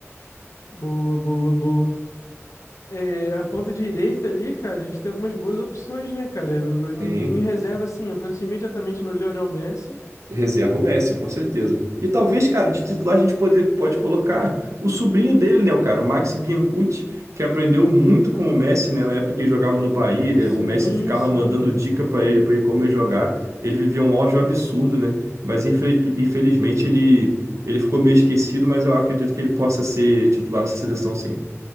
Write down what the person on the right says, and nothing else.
Sim.
Reserva o Messi, com certeza. E talvez, cara, de titular a gente poder, pode colocar o sobrinho dele, né, o cara, o Maxi Biancucci, que aprendeu muito com o Messi, né, na época que ele jogava no Bahia, ele-
o Messi ficava
mandando dica pra ele, para ele como ele jogar. Ele vivia um auge absurdo, né? Mas infel- infelizmente ele ele ficou meio esquecido, mas eu acredito que ele possa ser titular nessa seleção, sim.